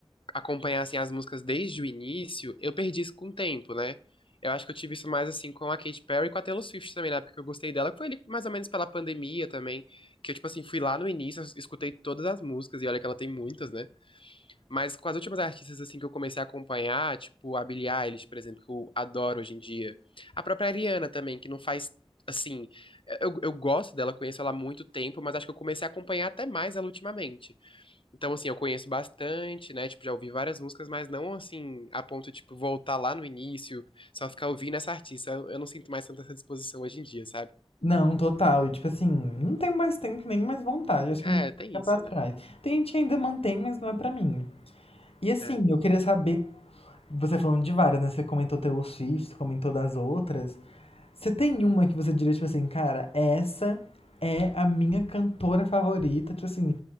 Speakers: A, on the left; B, on the left.
A: acompanhar, assim, as músicas desde o início, eu perdi isso com o tempo, né? Eu acho que eu tive isso mais, assim, com a Katy Perry e com a Taylor Swift também, na época que eu gostei dela, que foi ali mais ou menos pela pandemia também, que eu, tipo assim, fui lá no início, escutei todas as músicas, e olha que ela tem muitas, né? Mas com as últimas artistas assim que eu comecei a acompanhar, tipo a Billie Eilish, por exemplo, que eu adoro hoje em dia. A própria Ariana também, que não faz assim, eu, eu gosto dela, conheço ela há muito tempo, mas acho que eu comecei a acompanhar até mais ela ultimamente. Então assim, eu conheço bastante, né? Tipo, já ouvi várias músicas, mas não assim a ponto de tipo voltar lá no início, só ficar ouvindo essa artista. Eu, eu não sinto mais tanta essa disposição hoje em dia, sabe?
B: Não, total. E tipo assim, não tenho mais tempo nem mais vontade. Acho que
A: É,
B: eu vou ficar
A: tem isso,
B: pra trás.
A: né?
B: Tem gente que ainda mantém, mas não é pra mim. E assim,
A: É.
B: eu queria saber, você falando de várias, né? Você comentou Taylor Swift, comentou das outras. Você tem uma que você diria, tipo assim, cara, essa é a minha cantora favorita, tipo assim,